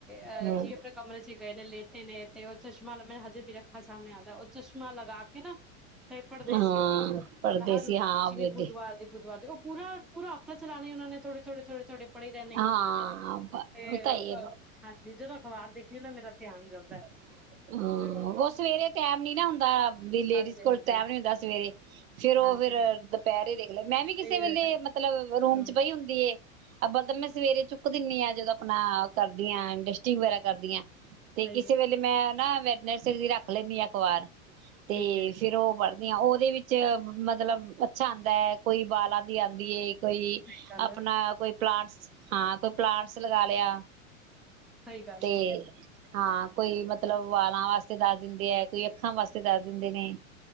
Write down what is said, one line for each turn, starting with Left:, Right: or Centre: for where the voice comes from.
Centre: ਅ
Right: ਹਮ
Centre: ਜੀ ਆਪਣੇ ਕਮਰੇ ਸੀ ਗਏ ਨੇ ਲੈਟ ਨੇ ਤੇ ਉਹ ਚਸ਼ਮਾ ਲ ਮ ਹਜੇ ਅੱਖਾਂ ਸਾਹਮਣੇ ਆਉਂਦਾ, ਉਹ ਚਸ਼ਮਾ ਲਗਾ ਕੇ ਨਾ ਤੇ ਪੜ੍ਹਦੇ
Right: ਹਾਂ
Centre: ਸੀ ਰੋਜ਼
Right: ਪਰਦੇਸੀ
Centre: ਮਤਲਬ ਹਰ
Right: ਹਾਂ
Centre: ਜਿਵੇਂ
Right: ਵੇਲੇ
Centre: ਬੁੱਧਵਾਰ ਦੇ ਬੁੱਧਵਾਰ ਉਹ ਪੂਰਾ ਪੂਰਾ ਹਫ਼ਤਾ ਲਾਣੇ ਉਹ ਨੇ ਥੋੜੇ, ਥੋੜ, ਥੋੜੇ, ਥੋੜੇ। ਫੜੇ ਰਹਿਣੇ
Right: ਹਾਂ
Centre: ਤੇ
Right: ਉਹ ਤਾਂ ਹੀ
Centre: ਅ ਹਾਂਜੀ ਜਦੋਂ ਅਖ਼ਬਾਰ ਦੇਖਣੀ ਨਾ ਮੇਰਾ ਧਿਆਨ ਜਾਂਦਾ
Right: ਹਾਂ
Centre: ਉਹਦੇ ਵੱਲ ਨਾ।
Right: ਔਹ ਸਵੇਰੇ ਟਾਈਮ ਨੀ ਨਾ ਹੁੰਦਾ ਵੀ ਲੇਡੀਜ਼
Centre: ਹਾਂਜੀ-ਹਾਂਜੀ,
Right: ਕੋਲ ਟੈਮ ਨੀ ਹੁੰਦਾ ਸਵੇਰੇ ਫੇਰ ਉਹ
Centre: ਹਾਂਜੀ
Right: ਫੇਰ ਦੁਪਹਿਰੇ ਦੇਖ ਲ ਮੈਂ ਵੀ ਕਿਸੇ
Centre: ਰੀਲ
Right: ਵੇਲੇ
Centre: ਦਾ ਟਾਈਮ
Right: ਮਤਲਬ, ਰੂਮ
Centre: ਹੂੰ,
Right: ਚ ਪਈ ਹੁੰਦੀ ਏ ਅਬਲ ਮੈਂ ਸਵੇਰੇ ਚੁੱਕ ਦਿੰਦੀ ਆਾਂ ਜਦੋਂ ਆਪਣਾ ਕਰਦੀ ਹਾਂ ਡਸਟਿੰਗ ਵਗੈਰਾ ਕਰਦੀ ਆ ਤੇ
Centre: ਸਹੀ
Right: ਕਿਸੇ
Centre: ਐ,
Right: ਵੇਲੇ ਮੈਂ ਨਾ ਵੈਡਨੈਸ ਡੇ ਦੀ ਰੱਖ ਲੈਂਦੀ ਆ ਅਖਬਾਰ। ਤੇ
Centre: ਠੀਕ ਐ,
Right: ਫਿਰ ਉਹ ਬਰ ਉਹਦੇ ਵਿੱਚ ਮਤਲਬ ਅੱਛਾ ਆਂਦਾ ਹੈ ਕੋਈ ਬਾਲਾਂ ਦੀ ਆਉਂਦੀ ਏ। ਕੋਈ
Centre: ਸਹੀ ਗੱਲ
Right: ਆਪਣਾ
Centre: ਐ।
Right: ਕੋਈ ਪਲਾਂਟਸ ਹਾਂ ਕੋਈ ਪਲਾਂਟਸ ਲਗਾ ਲਿਆ।
Centre: ਸਹੀ ਗੱਲ
Right: ਤੇ
Centre: ਹੈ।
Right: ਹਾਂ ਕੋਈ ਮਤ ਲਬ ਵਾਲਾਂ ਵਾਸਤੇ ਦੱਸ ਦਿੰਦੇ ਅ ਕੋਈ ਅੱਖਾਂ ਵਾਸਤੇ ਦੱ ਦਿੰਦੇ ਨੇ